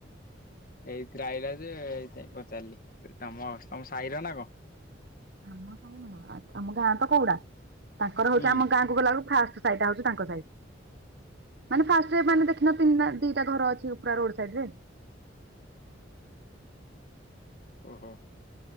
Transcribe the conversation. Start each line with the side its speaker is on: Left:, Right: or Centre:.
Left: ସେଇଥିରେ ଆଇଲା ଯେ ଏଇଥିପାଇଁ ପଚାରିଲି କହିଲି ତମ ତମ ସାହିର ନା କଣ?
Right: ଆମ ସାହି ନୁହଁ ଆମ ଗାଁ ତ କୋଉଡ଼ା ତାଙ୍କର ହଉଛି
Left: ହୁଁ
Right: ଆମ ଗାଁ କୁ ଗଲାବେଳକୁ ଫାଷ୍ଟ ସାଇଟା ହେଉଛି ତାଙ୍କ ସାହି ମାନେ ଫାଷ୍ଟରେ ମାନେ ଦେଖି ନା ତିନିଟା ଦି ଟା ଘର ଅଛି ଉ ପୁରା ରୋଡ ସାଇଡ ରେ।
Left: ଓହୋ।